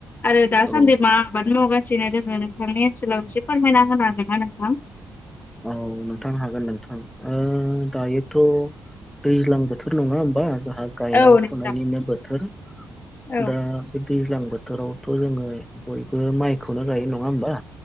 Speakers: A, on the left (about 40°); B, in the centre.
A: आरो दासान्दि
B: औ
A: मा आबाद मावगासिनो दोङो नोंथांनि ओनसोलाव एसे फोरमायना होनो हागोन ना नोंथां
B: औ औ नोंथां हागोन नोंथां ओ दायोथ' दैज्लां बोथोर नङा होमबा जा आ गायनाय
A: औ नोंथां
B: फुनायनिनो बोथोर
A: औ
B: दा बे दैज्लां बोथोरावथ' जोङो बयबो माइखौनो गायो नङा होमबा